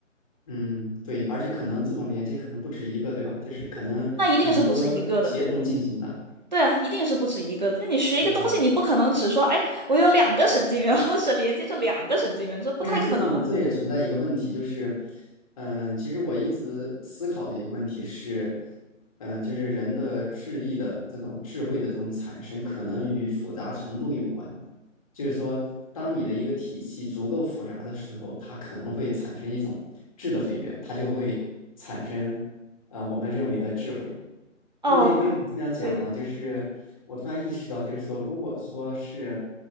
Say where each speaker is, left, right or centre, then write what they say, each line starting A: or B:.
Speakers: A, on the left (about 25°); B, on the right (about 35°).
A: 嗯，对，而且可能这种连接可能不止一个，对吧？就是可能很多协同进行的。
B: 那一定是不止一个的。对啊，一定是不止一个。那你学一个东西，
A: 嗯，
B: 你不可能只说，哎，我有两个神经元，我只连接着两个神经元，这不太可能啊。
A: 但是这种这也存在一个问题，就是，嗯、其实我一直思考的一个问题是，呃，就是人的智力的这种智慧的这种产生，可能与复杂程度有关。就是说，当你的一个体系足够复杂的时候，它可能会产生一种质的飞跃，它就会产生，呃，我们认为的智慧。
B: 哦，
A: 因为为什么这么样讲呢？
B: 那对，
A: 就是我突然意识到，就是说，如果说是，